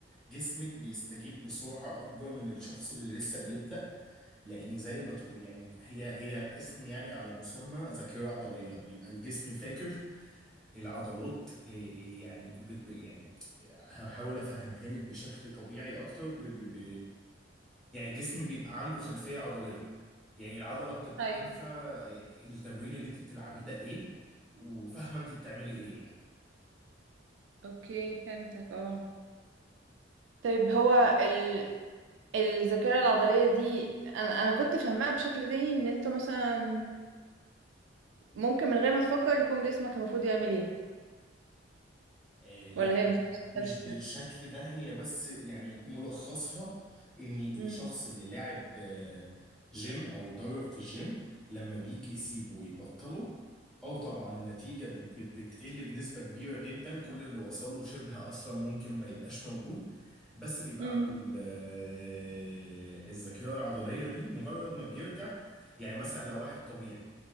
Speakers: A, in the centre; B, on the right.
A: جسمك بيستجيب بسرعة أكبر من الشخص اللي لسه بيبدأ لاني زي ما تقول يعني هي هي اسم يعني على مسمى ذاكره عضليه بيبقى الجسم فاكر العضلات إيه إيه يعني بت ب- يعني هحاول افهمها لك بشكل طبيعي اكتر ب ب ب يعني الجسم بيبقى عنده خلفيه عضليه يعني العضله بتبقى
B: ايوه
A: عارفه إيه التمرين اللي انت بتلعبيه ده ايه وفاهمه انت بتعملي ايه يعني
B: اوكي فهمتك اه طيب هو ال... الذاكرة العضلية دي أنا أنا كنت فاهماها بشكل تاني إن أنتوا مثلا ممكن من غير ما تفكر يكون جسمك المفروض يعمل ايه
A: آه لا
B: ولا هي
A: م-
B: مش بتشتغلش
A: مش بالشكل
B: كده
A: ده هي بس يعني ملخصها ان الشخص
B: امم
A: اللي لعب آه، جيم او اتدرب في الجيم لما بيجي يسيبه ويبطله اه طبعا النتيجة بت بت بتقل بنسبة كبيرة جدا كل اللي وصل له شبه اصلا ممكن ما يبقاش موجود بس بيبقى
B: امم
A: عنده ال- آه، الذاكرة العضلية دي مجرد ما بيرجع يعني مثلا لو واحد طبيعي